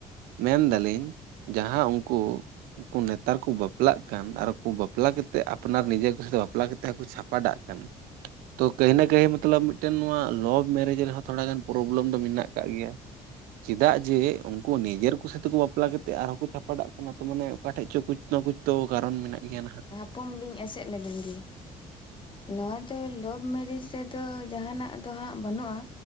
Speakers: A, on the right; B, on the left.
A: ᱢᱮᱱ ᱫᱟᱞᱤᱧ ᱡᱟᱦᱟᱸ ᱩᱱᱠᱩ ᱩᱱᱡᱩ ᱱᱮᱛᱟᱨ ᱠᱚ ᱵᱟᱯᱞᱟᱜ ᱠᱟᱱ ᱟᱨᱠᱩ ᱵᱟᱯᱞᱟᱠᱟᱛᱮ ᱟᱯᱱᱟᱨ ᱱᱤᱡᱮ ᱠᱩᱥᱤ ᱛᱮ ᱵᱟᱯᱞᱟ ᱠᱟᱛᱮ ᱦᱚᱠᱚ ᱪᱷᱟᱯᱟᱰᱟᱜ ᱠᱟᱱ ᱛᱚ ᱠᱟᱹᱦᱤᱱᱟ ᱠᱟᱹᱭ ᱢᱚᱛᱞᱚᱵ ᱢᱤᱫᱴᱮᱱ ᱱᱚᱣᱟ ᱞᱚᱵᱷ ᱢᱮᱨᱮᱡᱽ ᱨᱮᱦᱚᱸ ᱛᱷᱚᱲᱟ ᱜᱟᱱ ᱯᱨᱚᱵᱞᱮᱢ ᱫᱚ ᱢᱮᱱᱟᱜ ᱟᱠᱟᱜ ᱜᱮᱭᱟ᱾ ᱪᱮᱫᱟᱜ ᱡᱮ ᱩᱱᱠᱩ ᱱᱤᱡᱮᱨ ᱠᱩ ᱥᱟᱛᱮ ᱠᱩ ᱵᱟᱯᱞᱟ ᱠᱟᱛᱮ ᱟᱨᱦᱚᱸ ᱠᱚ ᱪᱷᱟᱯᱟᱰᱟᱜ ᱠᱟᱱᱟ ᱛᱚ ᱢᱟᱱᱮ ᱚᱠᱟ ᱴᱷᱮᱡ ᱪᱚ ᱠᱩᱪ ᱱᱟ ᱠᱩᱪ ᱛᱚ ᱠᱟᱨᱚᱱ ᱢᱮᱱᱟᱜ ᱜᱮᱭᱟ ᱱᱟᱦᱟᱜ
B: ᱛᱷᱩᱠᱩᱢ ᱞᱤᱧ ᱮᱥᱮᱫ ᱞᱮᱵᱮᱱ ᱜᱤ ᱱᱚᱣᱟ ᱫᱚ ᱞᱚᱵᱷ ᱢᱮᱨᱮᱡᱽ ᱨᱮᱫᱚ ᱡᱟᱦᱟᱱᱟᱜ ᱫᱚ ᱦᱟᱸᱜ ᱵᱟᱹᱱᱩᱜᱼᱟ